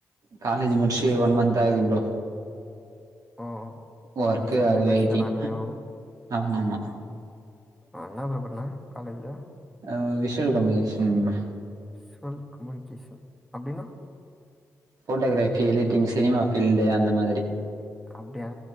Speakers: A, on the right; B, in the centre.
A: காலேஜி முடிச்சி ஒன் மந்த் ஆகுது ப்ரோ
B: ஓ
A: ஒர்க்குகாக
B: இந்த இந்த பேட்ச்
A: வெயிட்டிங்
B: தானா நீயும்?
A: ஆமா ஆமா
B: ஆ என்ன ப்ரோ பண்ண காலேஜ் ல
A: ஆ visual communication bro
B: visual communication அப்டின்னா
A: போட்டோகிராபி எடிட்டிங் சினிமா ஃபீல்ட் அந்த மாதிரி
B: அப்டியா